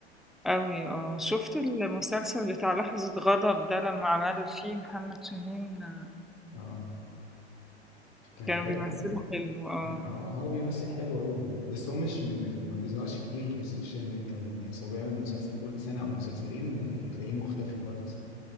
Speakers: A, in the centre; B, on the left (about 45°).
A: أوي اه شفت المسلسل بتاع لحظة غضب ده لما عمل فيه محمد شاهين آه،
B: اه كان
A: كانوا
B: حلو
A: بيمثلوا حلو اه
B: اه هو بيمثل حلو أوي بس هو مش ما بي- ما بيظهرش كتير في السوشيال ميديا وللناس هو بيعمل مسلسل كل سنة أو مسلسلين وتلاقيه مختفي خالص